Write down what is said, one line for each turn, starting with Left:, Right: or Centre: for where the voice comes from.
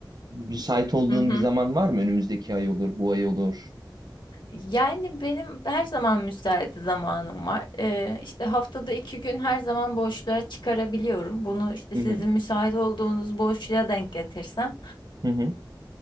Right: müsait olduğun
Left: Hı hı.
Right: bir zaman var mı? Önümüzdeki ay olur, bu ay olur.
Left: Yani, benim her zaman müsait zamanım var. Eee, işte, haftada 2 gün her zaman boşluğa çıkarabiliyorum. Bunu, işte,
Right: Hı
Left: sizin
Right: hı.
Left: müsait olduğunuz boşluğa denk getirsem,
Right: Hı hı.